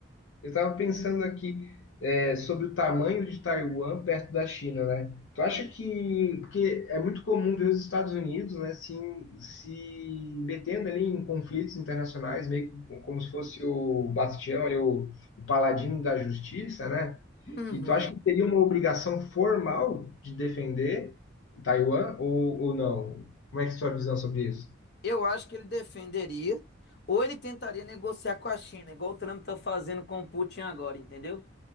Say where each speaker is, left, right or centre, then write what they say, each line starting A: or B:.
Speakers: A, on the left; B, on the left.
A: Eu estava pensando aqui é, sobre o tamanho de Taiwan perto da China, né? Tu acha que, porque é muito comum ver os Estados Unidos, né, se, se metendo ali em conflitos internacionais, meio que como se fosse o Bastião, ali, o, o paladino da justiça, né?
B: Uhum.
A: E tu acha que teria uma obrigação formal de defender Taiwan ou, ou não? Como é que é a sua visão sobre isso?
B: Eu acho que ele defenderia, ou ele tentaria negociar com a China, igual o Trump tá fazendo com o Putin agora, entendeu?